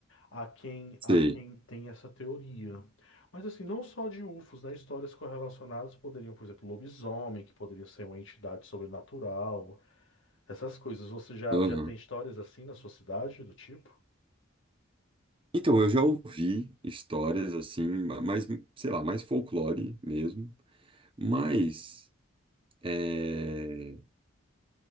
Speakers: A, on the left; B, on the right.
A: a quem,
B: sei.
A: a quem tem essa teoria. Mas assim, não só de UFOs, né? Histórias correlacionadas poderiam, por exemplo, lobisomem, que poderia ser uma entidade sobrenatural, essas coisas. Você já,
B: Aham.
A: já tem histórias assim na sua cidade, do tipo?
B: Então, eu já ouvi histórias assim, ma- mais, sei lá, mais folclore mesmo, mas eh,